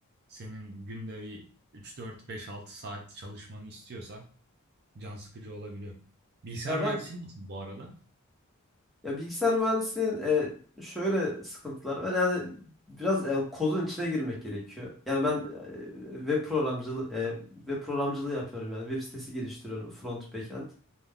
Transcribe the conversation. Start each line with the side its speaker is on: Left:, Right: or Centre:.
Right: senin günde bir 3 4 5 6 saat çalışmanı istiyorsa Can sıkıcı olabiliyor. Bilgisayar
Centre: ya
Right: mühendisliği
Centre: ben
Right: nasıl bu arada?
Centre: ya bilgisayar mühendisliğinin e, şöyle sıkıntıları var. Yani biraz yani kodun içine girmek gerekiyor. Yani ben e, web programcılığı e, web programcılığı yapıyorum yani. Web sitesi geliştiriyorum front backend.